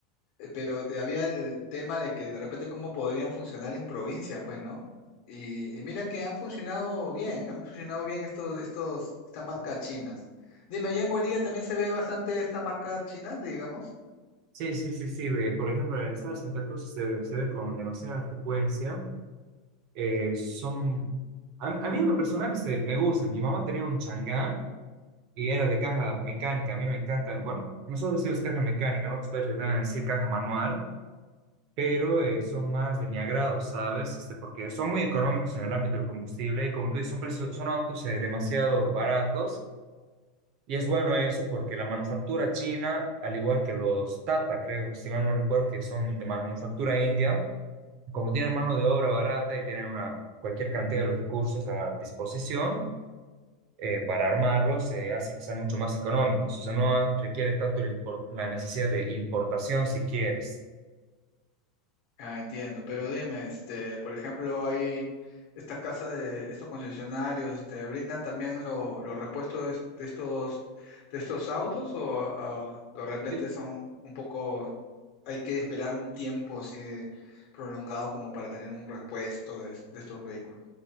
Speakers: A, on the left; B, on the right.
A: eh, pero de- había el tema de que de repente cómo podrían funcionar en provincia, pues, ¿no? Y, y mira que han funcionado bien, han funcionado bien estos, estos, estas marcas chinas. Dime, ¿allá en Bolivia también se ve bastante estas marcas chinas, digamos?
B: Sí, sí, sí, sí. ve, Por ejemplo, en el estado de Santa Cruz se, se ve con demasiada frecuencia eh, son... A, a mí en lo personal este, me gustan. Mi mamá tenía un Chang'an y era de caja mecánica. A mí me encanta. Bueno, nosotros decimos caja mecánica, ¿no? Ustedes deben decir caja manual, pero eh, son más de mi agrado, ¿sabes? Este, porque son muy económicos en el ámbito del combustible y como tú dices, son, precios- son autos eh, demasiado baratos. Y es bueno eso porque la manufactura china, al igual que los Tata, creo, si mal no recuerdo, que son de manufactura india, como tienen mano de obra barata y tienen una, cualquier cantidad de los recursos a disposición, eh, para armarlos se hace que sean mucho más económicos. O sea, no requiere tanto el impor- la necesidad de importación si quieres.
A: Ah, entiendo, pero dime, este, por ejemplo, hay estas casas de estos concesionarios, este, ¿brindan también lo- los repuestos de estos, de estos autos o ah, de repente
B: Sí.
A: son un poco hay que esperar un tiempo así de prolongado como para tener un repuesto de, de estos vehículos.